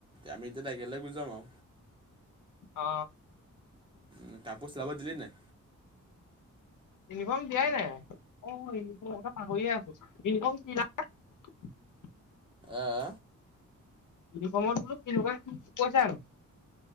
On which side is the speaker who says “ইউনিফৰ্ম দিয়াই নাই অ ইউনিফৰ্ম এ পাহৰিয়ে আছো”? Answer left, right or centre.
Left